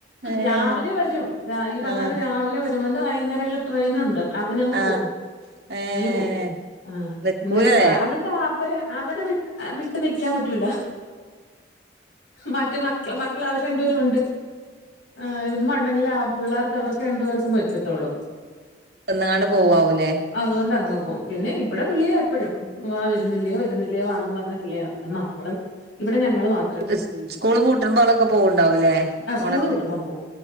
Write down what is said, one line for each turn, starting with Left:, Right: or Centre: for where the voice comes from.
Right: ഏഹ്
Left: രാവിലെ വരും രാ ഈ പറഞ്ഞലെ
Right: ആഹ്
Left: രാ രാവിലെ വെരുമ്പോ ന്ന് വൈകുന്നേരേല് ട്രെയിന്ണ്ട്. അതിനങ്ങ്
Right: ആഹ്
Left: പോവും
Right: ഏഹ്
Left: അയിന് പോവും ആ
Right: നിക്കൂലേ
Left: എന്നിട്ട് അ അതെന്താ വര അവര വിട്ട് അ വിട്ട് നിയ്ക്കാൻ പറ്റൂല. മറ്റ് മക്ക മക്കൾഅവര് രണ്ടേരുണ്ട്. ആഹ് ഉമ്മ ഉണ്ടെങ്കിലെ ആഹ് പുള്ളാർക്ക് അവർക്ക് രണ്ടുപേർക്കും പറ്റത്തൊള്ളൂ.
Right: തന്ന്ങ്ങാണ്ട് പോവാവുലെ?
Left: അതോണ്ടങ്ങ് പോവും പിന്നെ ഇവടെ വിളിയാ എപ്പഴും. വാ വെരുന്നില്ലിയോ വെരുന്നില്ലെയോ വാന്നും പറഞ്ഞ് വിളിയാ പിന്നെ നമ്മള് ഇവിടെ ഞങ്ങള് മാ
Right: സ് സ്കൂള് പൂട്ട്മ്പോളൊക്കെ പോവ്ണ്ടാവുല്ലേ
Left: ആ സ്കൂള്
Right: ഓണത്ത്
Left: വിട്ടുമ്പം പോവും